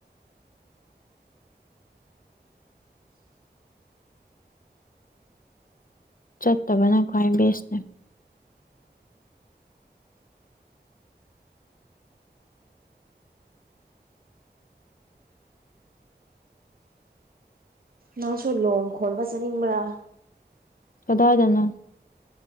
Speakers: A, on the left; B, on the right.
A: ꯆꯠꯇꯕꯅ ꯈ꯭ꯋꯥꯏ ꯕꯦꯁꯅꯦ
B: ꯅꯪꯁꯨ ꯂꯣꯡ ꯈꯣꯟꯕ ꯆꯠꯅꯤꯡꯕ꯭ꯔ
A: ꯀꯗꯥꯏꯗꯅꯣ